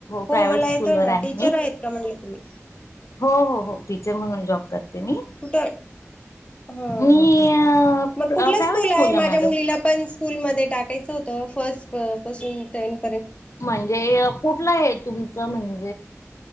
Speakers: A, on the left; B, on the left.
A: हो
B: प्रायव्हेट
A: मला
B: स्कूलवर
A: येतय ना
B: आहे
A: टीचर
B: मी
A: आहेत का म्हटलं तुम्ही!
B: हो हो हो टीचर म्हणून! जॉब करते मी
A: कुठे हां-
B: मी
A: हां मग
B: प्रायव्हेट
A: कुठलं स्कूल
B: स्कूलला
A: आहे माझ्या
B: मॅडम
A: मुलीला पण स्कूलमध्ये! टाकायचं होत फर्स्ट पासून टेन -
B: म्हणजे कुठलं आहे तुमचं म्हण -